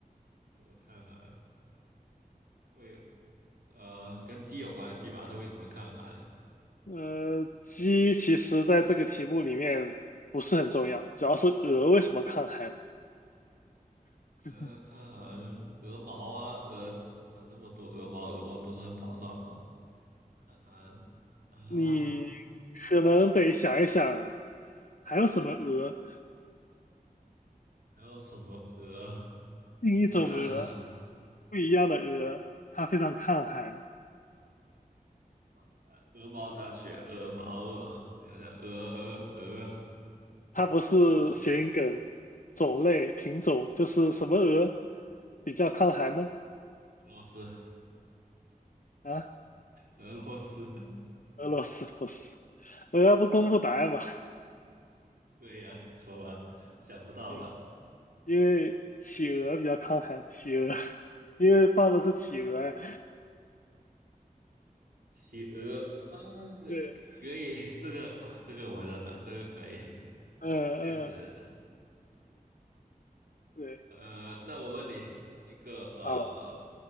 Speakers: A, on the right; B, on the left.
A: 我看看，为呃跟鸡有关系吧？它为什么抗寒？
B: 嗯，呃，鸡其实在这个题目里面不是很重要，主要是鹅为什么抗寒 <laughs>。
A: 鹅抗寒鹅毛啊，鹅长这么多鹅毛，鹅毛不是很保暖吗？看韩啊，
B: 你可能得想一想，还有什么鹅？
A: 还有什么鹅？
B: 另一种鹅，
A: 等看韩，
B: 不一样的鹅，它非常抗寒，
A: 喂，看韩，鹅毛大雪，鹅毛啊，我想想，鹅鹅鹅
B: 它不是谐音梗，
A: 啊，
B: 种类品种就是什么鹅比较抗寒呢？
A: 俄罗斯，
B: 啊，
A: 俄罗斯，<laughs>
B: 俄罗斯不是，我要不公布答案吧？
A: 对呀、你说吧，想不到了，
B: 嗯因为企鹅比较抗寒，企鹅，因为放的是企鹅呀。
A: 企鹅，啊，
B: 对，
A: 可以，这个、哦这个我认了，这个可以，
B: 嗯
A: 这确实，
B: 嗯，对，
A: 呃，那我问你，一个呃，
B: 好，